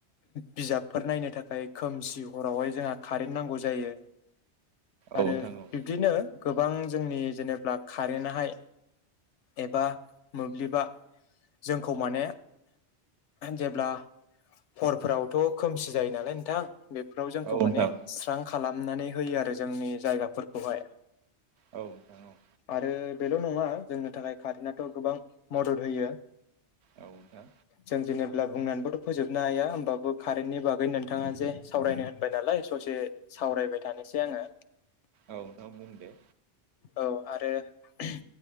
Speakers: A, on the left; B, on the right.
A: बिजाबफोर नायनो थाखाय खोमसि हरावहाय जोंहा कारेन्ट नांगौ जायो। आरो
B: औ नोंथां औ
A: बिब्दिनो गोबां जोंनि जेनेब्ला कारेनाहाय एबा मोब्लिबा जोंखौ माने जेब्ला हरफोरावथ' खोमसि जायो नालाय नोंथां बेफोराव जोंखौ
B: औ नोंथां
A: माने स्रां खालामनानै होयो आरो जोंनि जायगाफोरखौहाय
B: औ नोंथां औ
A: आरो बेल' नङा जोंनो थाखाय कारेनाथ' गोबां मदद होयो।
B: औ नोंथां
A: जों जेनेब्ला बुं बोथ' फोजोबनो हाया होमबाबो कारेननि बागै नोंथाङा जे सावरायनो होनबाय नालाय ससे सावरायबाय थानोसै आङो।
B: औ नों बुं दे।
A: औ आरो ओहोम।